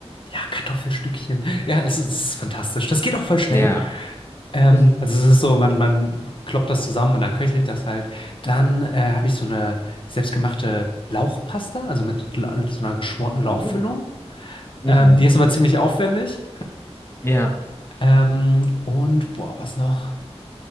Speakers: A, on the left; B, on the left.
A: Ja, Kartoffelstückchen. Ja, das ist, ist fantastisch. Das geht auch voll schnell.
B: Ja.
A: Ähm,
B: Mhm.
A: also es ist so, man, man kloppt das zusammen und dann köchelt das halt. Dann äh, habe ich so eine selbstgemachte Lauchpasta, also mit la- so einer geschmorten Lauchfüllung.
B: Uh. Mhm.
A: Ähm, die ist aber ziemlich aufwendig.
B: Ja.
A: Ähm, und boah, was noch?